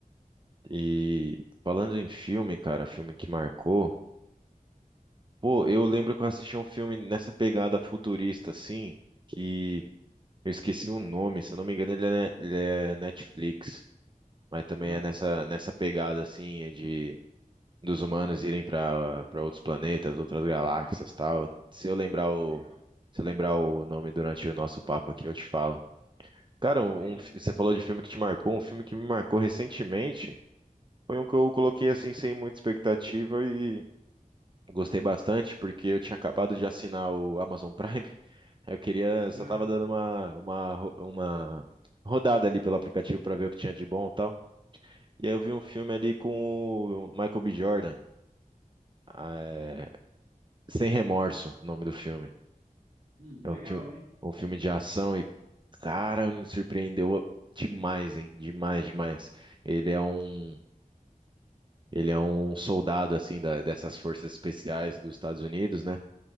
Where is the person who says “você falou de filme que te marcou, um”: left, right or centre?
Right